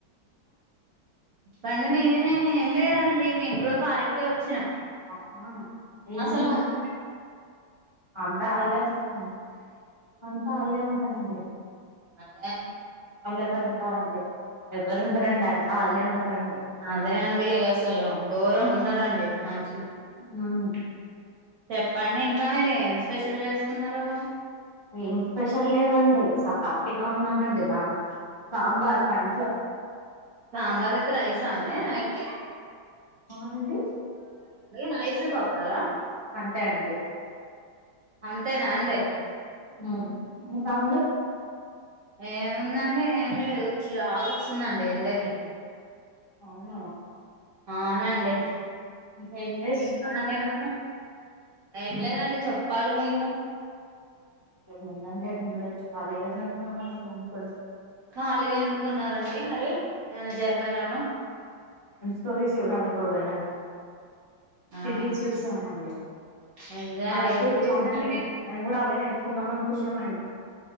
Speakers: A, on the right; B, on the left.
A: రొండు మీయేనా ఏం లేదండి మేము కూడా పార్కే వచ్చినం
B: అవునా ఏం
A: అసలువో
B: తిన్నారు అంతా అల్లే వుంటున్నారు అంతా ఆల్లే ఉం పోన్లే
A: అ
B: ఎవరు ఉంటారండి ఎవ్వరు ఉంటారండి అంతా ఆళ్ళే ఉంటారండి
A: అదే అండి అసలు గౌరవం ఉండదండి మంచి
B: మ్
A: చెప్పండి ఇంకా మీరు ఏం స్పెషల్ చేస్కునరు
B: ఏం స్పెషల్ లేదండి సకాల్తీగా ఉన్నామండి మ కాంబత్ మా ఇంట్లో
A: సాంబార్ అయితే రైసా అండి నైట్కి
B: అవునండి
A: రైస్ పాపడాలా
B: అంతే అండి
A: అంతేనా అండి
B: ఉ ఇంకా అండి
A: ఏముందండి ఏం లేదు చిరాగొస్తుందండి ఎండకి
B: అవునా
A: అవునండి
B: ఇంకా ఎంజేసుర్
A: ఇంకా
B: ఆంటీ
A: అండి మరి ఏం లేదండి చెప్పాలి మీరు
B: ఏంముందండి ఏంలేదు ఖాళీగానే ఉన్నామండి మేం కూడా
A: ఖాలి ఎందుకున్నారండి మరి ఏమన జైపోయినారు
B: టు వీక్స్ చూడాలి ఇప్పుడు పోయిననంక
A: ఆహా
B: తిరిగి చూసామండి
A: ఎంజాయ్
B: నరుకుడు
A: అండి ఏం సిరీస్
B: చంపుడు
A: అండి
B: మేము కూడా అవే నే వునమని కుచుల మైరు